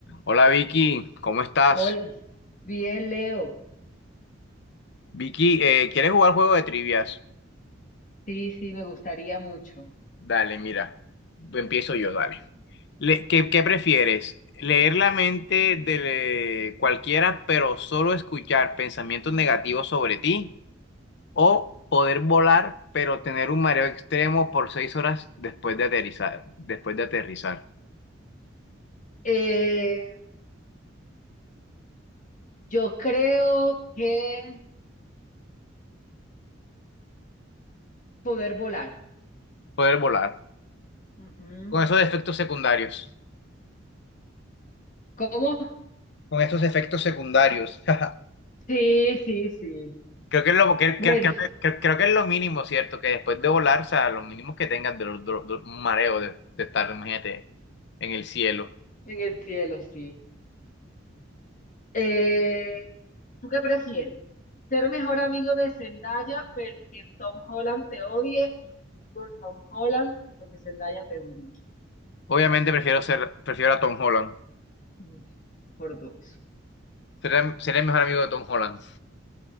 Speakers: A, on the left; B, on the left.
A: Hola Vicky, ¿cómo estás?
B: Hola, bien, Leo.
A: Vicky, eh, ¿quieres jugar juego de trivias?
B: Sí, sí, me gustaría mucho.
A: Dale, mira, empiezo yo, dale. Le- ¿qué, qué prefieres? ¿Leer la mente de eh, cualquiera, pero solo escuchar pensamientos negativos sobre ti? ¿O poder volar, pero tener un mareo extremo por seis horas después de aterrizar? Después de aterrizar.
B: Eh, yo creo que poder volar.
A: Poder volar.
B: Ujú.
A: Con esos efectos secundarios.
B: ¿Cómo?
A: Con estos efectos secundarios. <laughs>
B: Sí, sí, sí.
A: Creo que es lo, que,
B: Bueno,
A: que- que- que- creo que es lo mínimo, ¿cierto? Que después de volar, o sea, lo mínimo que tengas de, los- de los- de un mareo de, de estar, imagínate, en el cielo.
B: en el cielo, sí. Eh, ¿tú qué prefieres? ¿Ser mejor amigo de Zendaya, pero que Tom Holland te odie? ¿O ser amigo de Tom Holland, pero que Zendaya te odie?
A: Obviamente prefiero ser, prefiero a Tom Holland.
B: Mm, Por dos.
A: Seré, seré el mejor amigo de Tom Holland.